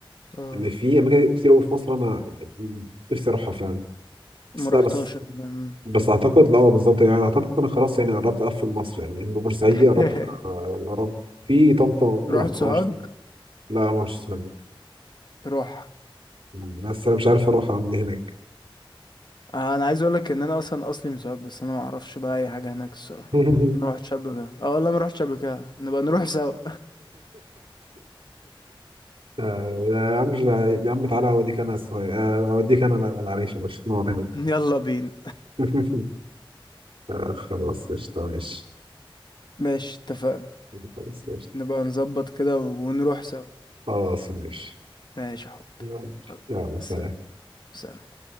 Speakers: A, on the left (about 50°); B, on the right (about 80°).
A: اه
B: إن في أماكن كتير أوي في مصر أنا يعني نفسي أروحها فعلا
A: ما
B: بس
A: روحتهاش
B: لا بس
A: أمم.
B: بس اعتقد لا بالظبط يعني اعتقد انا خلاص يعني قربت اقفل مصر يعني انه بورسعيدي
A: <laughs>
B: قربت قربت في طنطا ما
A: رحت
B: رحتهاش
A: سوهاج
B: لا ما رحتش صغير
A: روح
B: بس انا مش عارف اروح اعمل ايه هناك
A: انا عايز اقول لك ان انا اصلا اصلي من سوهاج بس انا ما اعرفش بقى اي حاجة هناك الصراحة
B: <laughs>
A: ما روحتش قبل كده اه والله ما روحتش قبل كده نبقى نروح سوا
B: آه، يا عم مش- يا عم تعالى اوديك انا الصغير آه، اوديك انا العريش مش نقعد هناك
A: <laughs> يلا بينا
B: <laughs> آه، خلاص قشطة ماشي
A: ماشي اتفقنا
B: خلاص قشطة
A: نبقى نظبط كده ونروح سوا
B: خلاص ماشي
A: ماشي يا حبي
B: يلا يلا، سلام
A: سلام سلام